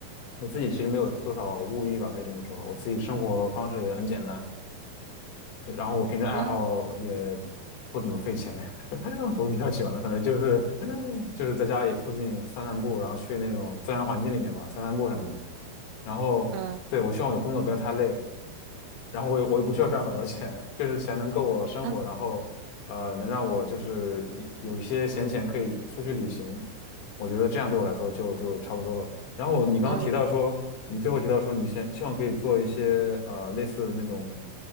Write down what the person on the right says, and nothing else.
嗯
嗯
嗯
嗯，